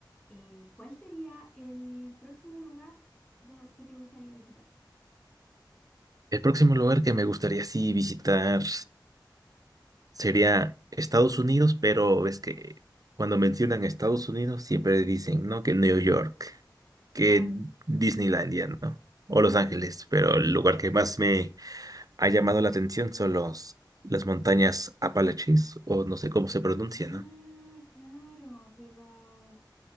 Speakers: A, on the left; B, on the right.
A: Eh, ¿cuál sería el próximo lugar do- que te gustaría visitar?
B: El próximo lugar que me gustaría sí visitar sería Estados Unidos, pero ves que cuando mencionan Estados Unidos siempre dicen, ¿no? Que New York,
A: Claro.
B: que Disneylandia, ¿no? O Los Ángeles, pero el lugar que más me ha llamado la atención son los, las montañas Apalaches, o no sé cómo se pronuncia,
A: Ah,
B: ¿no?
A: claro, de la...